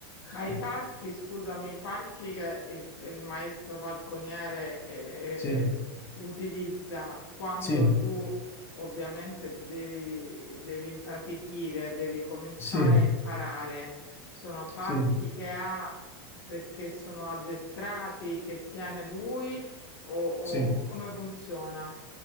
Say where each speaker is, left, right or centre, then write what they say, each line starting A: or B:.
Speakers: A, on the left; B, on the left.
A: Ma i
B: <laughs>
A: falchi, scusami, i falchi che il, il maestro falconiere eh, eh,
B: Sì,
A: eh, utilizza quando
B: sì,
A: tu ovviamente ti devi, devi impratichire, devi cominciare
B: sì,
A: a imparare, sono falchi
B: sì,
A: che ha perché sono addestrati, che tiene lui o, o
B: sì.
A: o come funziona?